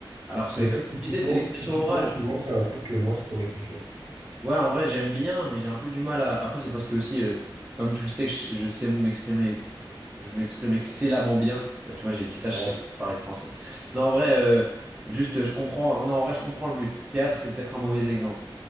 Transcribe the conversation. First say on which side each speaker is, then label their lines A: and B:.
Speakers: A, on the right; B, on the right.
A: Alors, c'est
B: Mais ça,
A: comme je
B: typiquement,
A: disais, c'est l'expression
B: typiquement,
A: orale.
B: tu vois, c'est un truc que moi, je pourrais kiffer.
A: Ouais, en vrai, j'aime bien, mais j'ai un peu du mal à... Après, c'est parce que aussi, euh, comme tu le sais, que je je sais m'exprimer, je m'exprime excellemment bien. Bah, tu vois, j'ai dit ça, je
B: Ouais.
A: sais même pas parler français. Non, en vrai, euh, juste, euh, je comprends... oh Non, en vrai, je comprends le but. Théâtre, c'est peut-être un mauvais exemple.